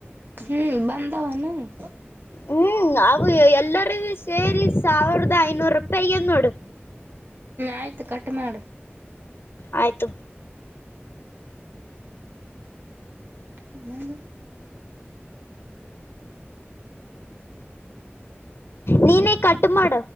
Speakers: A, on the right (about 55°); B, on the left (about 65°).
A: ಹ್ಮ್ ಬ ಹ್ಮ್
B: ಹ್ಞೂ ಅವು ಎಲ್ಲರಿಗೂ ಸೇರಿ ಸಾವಿರದ ಐನೂರು ರೂಪಾಯಿ ಆಗ್ಯದ ನೋಡು
A: ಆಯ್ತು ಕಟ್ ಮಾಡ
B: ಆಯತು
A: ನದು
B: ನೀನೇ ಕಟ್ ಮಾಡ